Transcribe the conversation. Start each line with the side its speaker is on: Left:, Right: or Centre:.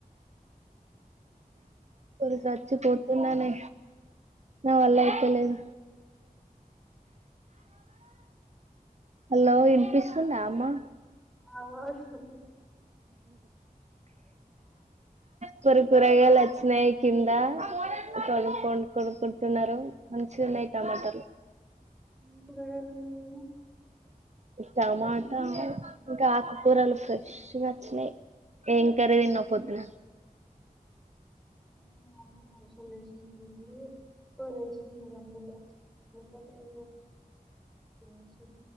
Right: కొది సచ్చిపోతున్నానే నా వల్ల అయిత లేదు హలో వినిపిస్తుందా అమ్మ
Centre: అవును ఆ
Right: కూర కూరగాయలు వచ్చినాయి కింద కొడుం కొడుకుంటున్నారు మంచిన్నాయి టమాటలు
Centre: అ
Right: టమాటా ఇంకా ఆకుకూరలు ఫ్రెష్గా వచ్చినాయి ఏం కరీ తిన్నావ్ పొద్దున
Centre: <unintelligible> బసలేేసిన వెళ్లి రేసి అందలే <unintelligible> ఎచ్